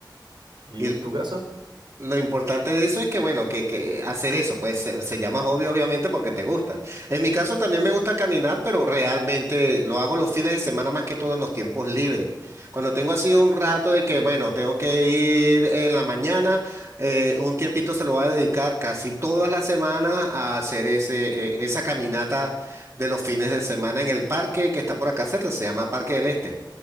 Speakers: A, on the right; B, on the right.
A: ¿Y
B: Y
A: en tu caso?
B: Lo importante de eso es que, bueno, que, que hacer eso, pues se, se llama hobby obviamente porque te gusta. En mi caso también me gusta caminar, pero realmente lo hago los fines de semana más que todo en los tiempos libres. Cuando tengo así un rato de que, bueno, tengo que ir en la mañana, eh, un tiempito se lo voy a dedicar casi todas las semanas a hacer ese, eh, esa caminata de los fines de semana en el parque que está por acá cerca, se llama Parque del Este.